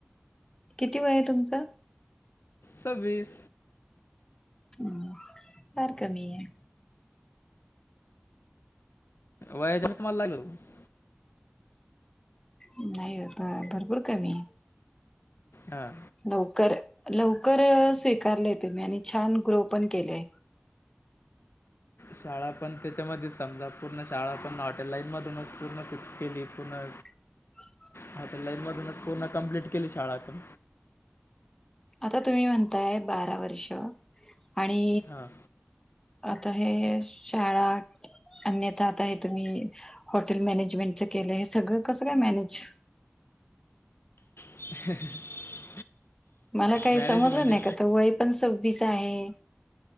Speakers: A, on the left (about 15°); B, on the left (about 70°).
A: किती वेय आहे तुमचं?
B: सव्वीस.
A: हम फार कमी आहे.
B: वयाच तुम्हाला लागल <unintelligible>
A: नाही आता भरपूर कमी आहे.
B: हा.
A: लवकर लवकर स्वीकारलेय तुम्ही आणि छान ग्रो पण केलय.
B: शाळा पण त्याच्यामध्येच समजा पूर्ण शाळा पण हॉटेल लाईन मधूनच पूर्ण फिक्स केली पूर्ण
A: <inaudible>
B: हा तर लाईन मधूनच पूर्ण कंम्प्लीट केली शाळा पण
A: आता. तुम्ही म्हणताय बारा वर्ष आणि
B: हां
A: आता हे शाळा अन्यथा आता हे तुम्ही हॉटेल मॅनेजमेंटच केलं. हे सगळं कसं काय मॅनेज?
B: <unintelligible>
A: मला काही
B: मॅनेज
A: समजलं
B: म्हणजे
A: नाही का तर वय पण सव्वीस आहे